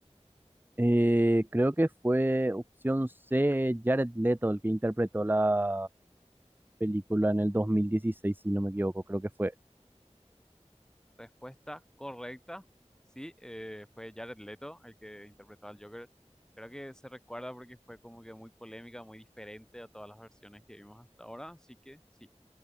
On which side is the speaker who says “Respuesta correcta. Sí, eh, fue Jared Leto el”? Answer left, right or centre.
Centre